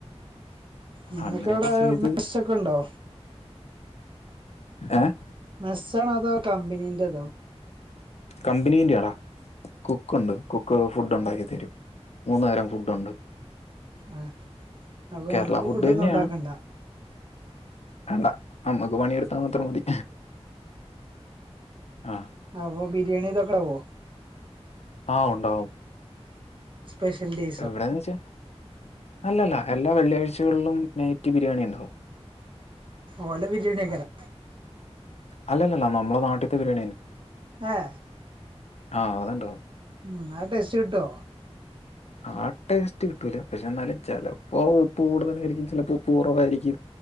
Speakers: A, on the right (about 50°); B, on the left (about 70°).
A: നിങ്ങക്കവിടെ
B: അങ്ങനെയൊക്കെ ചെയ്ത്
A: മെസ് ഒക്കെ ഉണ്ടോ
B: ഏഹ്
A: മെസ്സാണോ അതോ കമ്പനീന്റെറതോ
B: കമ്പനീന്റെയാടാ കുക്ക് ഉണ്ട് കുക്ക് ഫുഡ് ഉണ്ടാക്കി തരും മൂന്നു നേരം ഫുഡ്ണ്ട്
A: ആഹ് അപ്പൊ
B: കേരള
A: ഇങ്ങക്ക് ഫുഡ്
B: തന്നെയാണ്
A: ഒന്നും ഉണ്ടാക്കണ്ട
B: വേണ്ട നമ്മുക്ക് പണിയെടുത്താൻ മാത്രം മതി ആഹ്
A: അപ്പോ ബിരിയാണി തക്കാവോ
B: ആഹ് ഉണ്ടാവും
A: സ്പെഷ്യൽ ഡേ
B: എവടെന്ന് വെച്ചാ അല്ലല്ല എല്ലാ വെള്ളിയാഴ്ചകളിലും നൈറ്റ് ബിരിയാണി ഇണ്ടാവും.
A: ഓല ബിരിയാണിക്കാരം
B: അല്ലല്ല നമ്മളെ നാട്ടിത്തെ ബിരിയാണി തന്നെ.
A: ഏഹ്
B: ആ അത്ണ്ടാവും
A: ഉം ആ ടേസ്റ്റ് കിട്ടോ?
B: ആ ടേസ്റ്റ് കിട്ടൂല പക്ഷെ എന്നാലും ചെലപ്പോ ഉപ്പ് കൂടുതലായിരിക്കും ചെലപ്പോ ഉപ്പ് കൊറവായിരിക്കും.